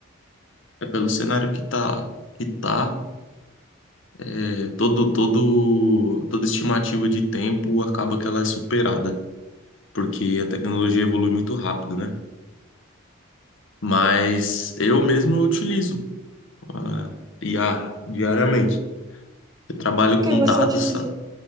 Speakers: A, on the left; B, on the right.
A: é pelo cenário que tá, que tá, é, todo, todo, toda estimativa de tempo acaba que ela é superada, porque a tecnologia evolui muito rápido, né? Mas eu mesmo utilizo ah, IA diariamente. Eu trabalho
B: O que
A: com
B: você
A: dados,
B: utiliza?